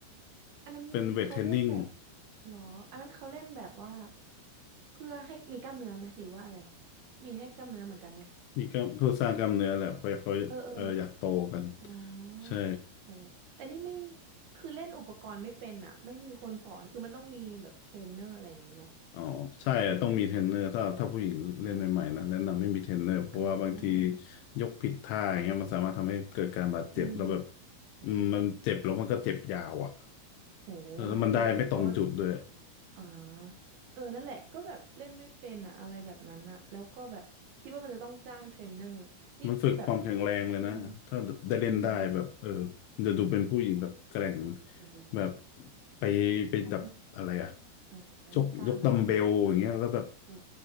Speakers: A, on the right; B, on the left.
A: อันนั้นเขาเล่นแบบ
B: เป็นเวทเทรนนิ่ง
A: หรออันนั้นเขาเล่นแบบว่าเพื่อให้มีกล้ามเนื้อไหมหรือว่าอะไรมีให้กล้ามเนื้อเหมือนกันไหม
B: มีก็เพื่อสร้างกล้ามเนื้อแหละเพราะเขาเอออยากโตกัน
A: เออเอออ๋อ
B: ใช่
A: โอ้แต่นี่ไม่คือเล่นอุปกรณ์ไม่เป็นอ่ะไม่มีคนสอนคือมันต้องมีแบบเทรนเนอร์อะไรอย่างงี้ไหม
B: อ๋อใช่อะต้องมีเทรนเนอร์ถ้าถ้าผู้หญิงเล่นใหม่ๆนะแนะนำไม่มีเทรนเนอร์เพราะว่าบางที
A: เอออ๋ออ่า
B: ยกผิดท่าอย่างเงี้ยมันสามารถทำให้เกิดการบาดเจ็บแล้วแบบ
A: อืมโอ้
B: อืมมันเจ็บแล้วมันก็เจ็บยาวอ่ะ
A: โห
B: แล้วมันได้ไม่ตรงจุดด้วย
A: เออเออเพราะ อ่าเออนั่นแหละก็แบบเล่นไม่เป็นอ่ะอะไรแบบนั้นอ่ะแล้วก็แบบคิดว่ามันจะต้องจ้างเทรนเนอร์นี่แบบ
B: มันฝึกความแข็งแรงเลยนะถ้าได้เล่นได้แบบเออ
A: อืมอืม
B: จะดูเป็นผู้หญิงแบบแกร่ง
A: โอ้โห
B: แบบไปไปดับอะไรอ่ะ
A: กล้ามอ๋อมีกล้ามอะไรอย่างเงี้ยเลยปะ
B: ยกยกดัมเบลอย่างเงี้ยแล้วแบบ
A: โอ้